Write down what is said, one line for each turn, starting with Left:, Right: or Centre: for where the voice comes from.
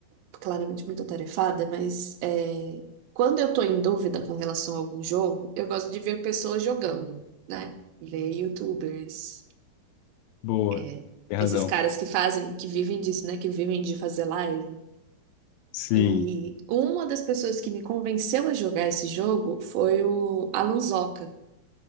Right: claramente muito atarefada, mas é, quando eu tô em dúvida com relação a algum jogo, eu gosto de ver pessoas jogando, né? Ver YouTubers,
Left: Boa.
Right: é,
Left: Tem razão.
Right: esses caras que fazem, que vivem disso, né? Que vivem de fazer live.
Left: Sim,
Right: E uma das pessoas que me convenceu a jogar esse jogo foi o Alan Zoca.